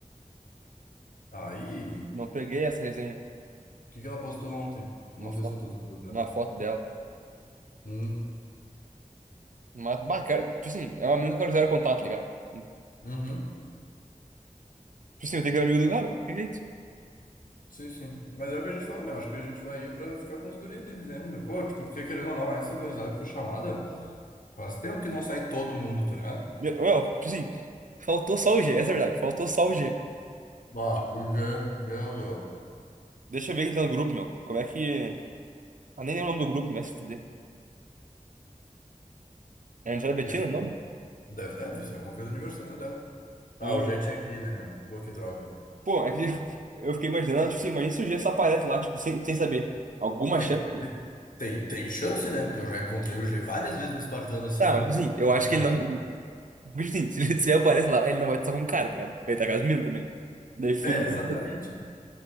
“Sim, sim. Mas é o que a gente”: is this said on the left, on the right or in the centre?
Left